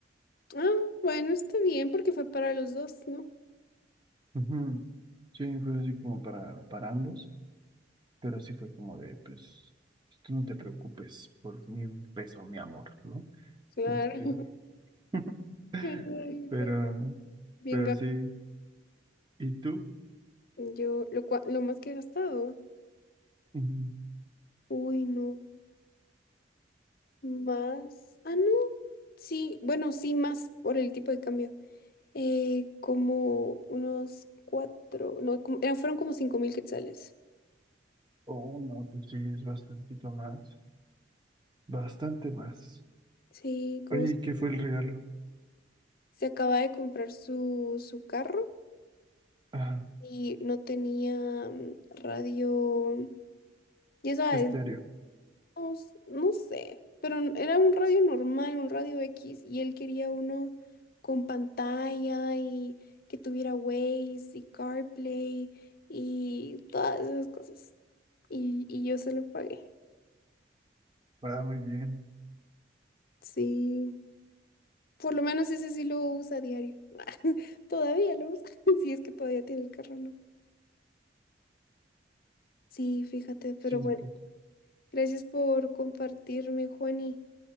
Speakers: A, on the left; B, on the right.
A: Ah, bueno, está bien porque fue para los dos, ¿no?
B: Ujú. Sí, fue así como para, para ambos, pero sí fue como de, pues, pues, tú no te preocupes por ni un peso, mi amor, ¿no?
A: Claro.
B: Este,
A: <laughs>
B: <laughs>
A: Ay,
B: pero,
A: no. Bien,
B: pero
A: ga-
B: sí, ¿y tú?
A: yo lo, cua- lo más que he gastado.
B: Ujú.
A: Uy, no. Más. Ah, no. Sí, bueno, sí, más por el tipo de cambio. eh, como unos cuatro, no, como- eran- fueron como cinco mil quetzales.
B: Oh, no, pues sí, es bastantito más, bastante más.
A: Sí, como
B: Oye,
A: s-
B: ¿y qué fue el regalo?
A: se acaba de comprar su, su carro
B: Ajá,
A: y no tenía mm, radio, ya sabes,
B: estéreo.
A: no, s- no sé, pero n- era un radio normal, un radio X, y él quería uno con pantalla y que tuviera Waze y CarPlay y todas esas cosas. Y, y yo se lo pagué.
B: Va muy bien.
A: Sí. Por lo menos ese sí lo usa a diario. <laughs> Todavía lo usa. <laughs> Si es que todavía tiene el carro, ¿no? Sí, fíjate, pero
B: Sí,
A: bueno,
B: Kat.
A: gracias por compartirme, Juani.